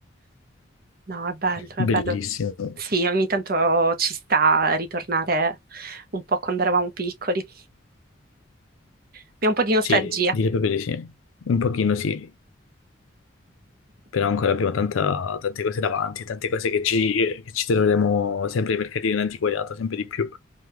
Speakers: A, on the right; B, on the left.
A: No, è bello, è
B: Bellissimo.
A: bello. Sì, ogni tanto ci sta a ritornare un po' quando eravamo piccoli. Abbiamo un po' di nostalgia.
B: Sì, direi proprio di sì. Un pochino sì. però ancora abbiamo tanta- tante cose davanti, tante cose che ci, che ci troveremo sempre ai mercatini dell'antiquariato, sempre di più.